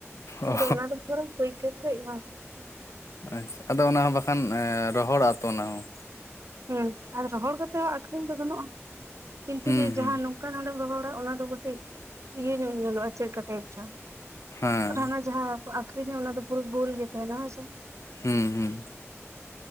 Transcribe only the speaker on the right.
ᱟᱫᱚ ᱚᱱᱟ ᱠᱚᱫᱚ ᱵᱚᱨᱚᱝ ᱯᱟᱹᱭᱠᱟᱹᱨ ᱠᱚ ᱮᱢᱟ ᱠᱚᱣᱟ᱾
ᱦᱩᱸ ᱟᱨ ᱨᱚᱦᱚᱲ ᱠᱟᱛᱮ ᱦᱚᱸ ᱟᱠᱷᱨᱤᱧ ᱫᱚ ᱜᱟᱱᱚᱜᱼᱟ ᱠᱤᱱᱛᱩ
ᱡᱮ
ᱡᱟᱦᱟ ᱱᱚᱝ ᱠᱟ ᱱᱚᱰᱮᱢ ᱨᱚᱦᱚᱲᱟ ᱚᱱᱟᱫᱚ ᱠᱟᱹᱴᱤᱡ ᱤᱭᱟᱹᱧᱚᱜ ᱧᱮᱞᱚᱜ-ᱟ ᱪᱮᱫ ᱠᱟᱴᱤᱡ ᱪᱚᱝ᱾
ᱟᱨ ᱚᱱᱟ ᱦᱟᱱᱟ ᱡᱟᱦᱟᱸ ᱵᱚ ᱟᱠᱷᱨᱤᱧᱟ ᱚᱱᱟ ᱫᱚ ᱯᱩᱨᱟᱹ ᱜᱳᱞ ᱜᱮ ᱛᱟᱦᱮᱸᱱᱟ ᱦᱳᱭᱥᱮ᱾